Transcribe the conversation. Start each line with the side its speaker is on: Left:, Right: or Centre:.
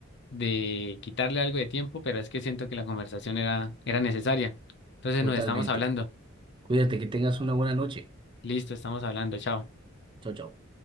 Left: de quitarle algo de tiempo, pero es que siento que la conversación era, era necesaria. Entonces
Right: Totalmente.
Left: nos estamos hablando.
Right: Cuídate, que tengas una buena noche.
Left: Listo, estamos hablando. Chao.
Right: Chao, chao.